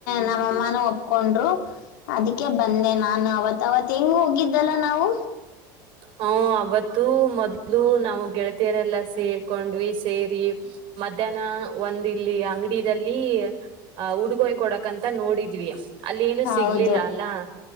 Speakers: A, on the left; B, on the right.
A: ನಮ್ಮಅಮ್ಮನುೂ ಒ ಹಕೊಂಡ್ರು ಅದಕ್ಕೆ ಬಂದೆ ನಾನು ಅವತ್ ಅವತ್ ಹೆಂಗ ಹೋಗಿದ್ದಲ್ಲ ನಾವು
B: ಹೂ ಅವತ್ತು ಮೊದ್ಲು ನಾವು ಗೆಳತಿಯರೆಲ್ಲಾ ಸೇರ್ಕೊಂಡ್ವಿ ಸೇರಿ ಮಧ್ಯಾಹ್ನ ಒಂದ್ ಇಲ್ಲಿ ಅಂಗಡಿ ಇದಲ್ಲಿ ಅ ಉಡುಗೊಯ್ ಕೊಡಕ್ಂತ ನೋಡಿದ್ವಿ ಅಲ್ಲಿ ಏನು
A: ಹೌದು
B: ಸಿಗ್ಲಿಲ್ಲ ಅಲ್ಲಾ